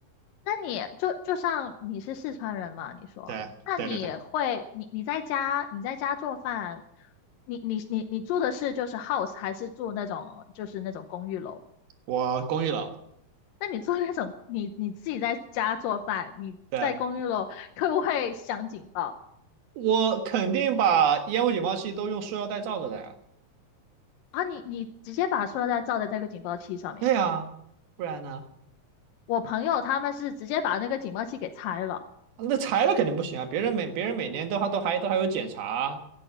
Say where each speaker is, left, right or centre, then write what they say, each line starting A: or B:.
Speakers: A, on the left; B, on the right.
A: 那你就就像你是四川人嘛，你说，
B: 对对对对，
A: 那你会你你在家你在家做饭，你你你你住的是就是 house 还是住那种就是那种公寓楼？
B: 我公寓楼，
A: 那你做那种，你你自己在家做饭，你在公寓楼，
B: 对，
A: 会不会响警报
B: 我肯定把烟雾警报器都用塑料袋罩着的呀。
A: 啊？你你直接把塑料袋罩在那个警报器上面。
B: 对呀，不然呢？
A: 我朋友他们是直接把那个警报器给拆了，
B: 啊那拆了肯定不行啊，别人每别人每年都还都还都还有检查啊，